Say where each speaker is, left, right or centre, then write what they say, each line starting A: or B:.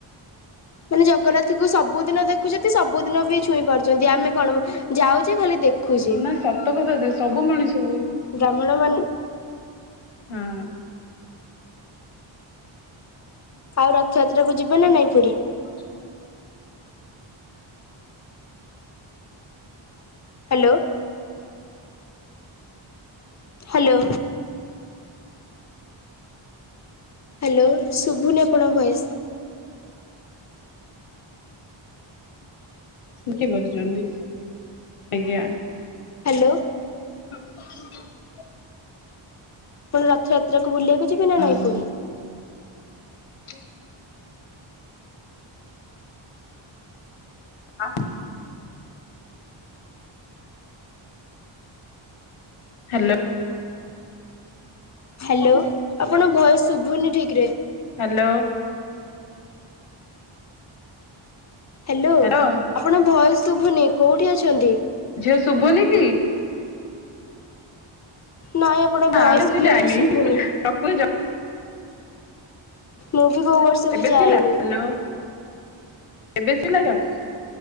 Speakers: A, on the left (about 75°); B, on the left (about 35°).
A: <inaudible>
B: ମାନେ ଜଗନ୍ନାଥଙ୍କୁ ସବୁଦିନ ଦେଖୁଚନ୍ତି ସବୁଦିନ ବି ଛୁଇଁ ପାରୁଚନ୍ତି ଆମେ କଣ ଯାଉଚେ ଖାଲି ଦେଖୁଛେ
A: ନା ସତ କଥା ଯେ ସବୁ ମଣିଷ କୁ
B: ବ୍ରାହ୍ମଣ ମାନେ
A: ହଁ।
B: ଆଉ ରଥଯାତ୍ରାକୁ ଯିବ ନା ନାଇଁ ପୁରୀ?
A: <inaudible>
B: ହାଲୋ। ହାଲୋ। ହାଲୋ ଶୁଭୁନି ଆପଣ କ ଭୋଏଶ।
A: କି କରୁଚନ୍ତି ଆଜ୍ଞା।
B: ହାଲୋ।
A: <inaudible>
B: ଆପଣ ରଥଯାତ୍ରାକୁ ବୁଲିବାକୁ ଯିବେ ନା ନାଇଁ
A: ହଁ
B: ପୁରୀ?
A: <inaudible> ହ। ହାଲୋ।
B: ହାଲୋ ଆପଣଙ୍କ ଭୟସ ଶୁଭୁନି ଠିକରେ।
A: ହ୍ୟାଲୋ
B: ହାଲୋ
A: ହ୍ୟାଲୋ
B: ଆପଣ ଭଏସ ଶୁଭୁନି କୋଉଠି ଅଛନ୍ତି?
A: ଝିଅ ଶୁଭୁନି କି?
B: ନାଇଁ ଆପଣ
A: ନା
B: ଭଏସ୍
A: ନା ଝିଅ
B: କ୍ଲିଅର
A: ଯାଇନି
B: ଶୁଭୁନି।
A: ରଖୁଛି
B: ମୁଁ ବି କୋଉ ବର୍ଷ
A: ଏବେ
B: ବି ଯାଏନି।
A: ଶୁଭିଲା ହ୍ୟାଲୋ ଏବେ ସୁଇଲା ତ?